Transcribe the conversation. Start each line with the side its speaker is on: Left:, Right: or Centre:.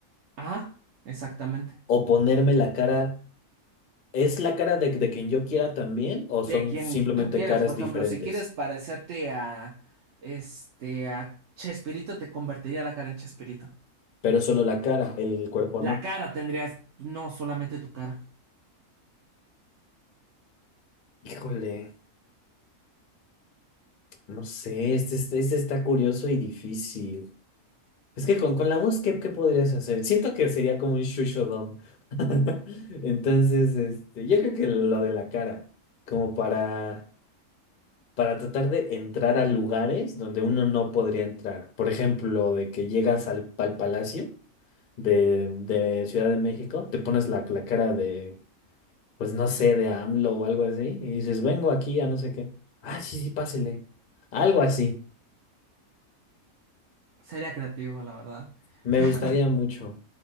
Right: Ajá, exactamente.
Left: O ponerme la cara, ¿es la cara de, de quien yo quiera también o
Right: De
Left: son
Right: quien
Left: simplemente
Right: tú quieras,
Left: caras
Right: por ejemplo,
Left: diferentes?
Right: si quieres parecerte a este a Chespirito, te convertiría la cara en Chespirito.
Left: pero solo la cara, el cuerpo
Right: La
Left: no.
Right: cara tendrías, no solamente tu cara.
Left: Híjole, no sé, este, este, este está curioso y difícil. Es que con, con la voz, ¿qué, qué podrías hacer? Siento que sería como un shushodom. <laughs> Entonces, este, yo creo que lo de la cara, como para, para tratar de entrar a lugares donde uno no podría entrar. Por ejemplo, de que llegas al, al Palacio de, de Ciudad de México, te pones la, la cara de pues no sé, de AMLO o algo así, y dices, vengo aquí a no sé qué. Ah, sí, sí, pásele. Algo así.
Right: Sería creativo, la verdad.
Left: Me
Right: <laughs>
Left: gustaría mucho.